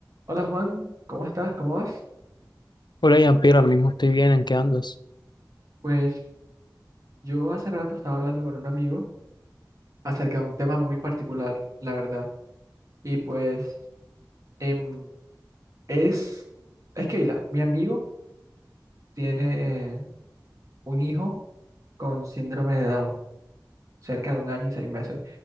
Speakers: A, on the right (about 50°); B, on the left (about 80°).
A: Hola Juan, ¿cómo estás? ¿Cómo vas?
B: Hola, Jean-Pierre, ahora mismo estoy bien, ¿en qué andas?
A: Pues yo hace rato estaba hablando con un amigo acerca de un tema muy particular, la verdad. Y pues em, es, es que mira, mi amigo tiene un hijo con síndrome de Down, cerca de un año y seis meses.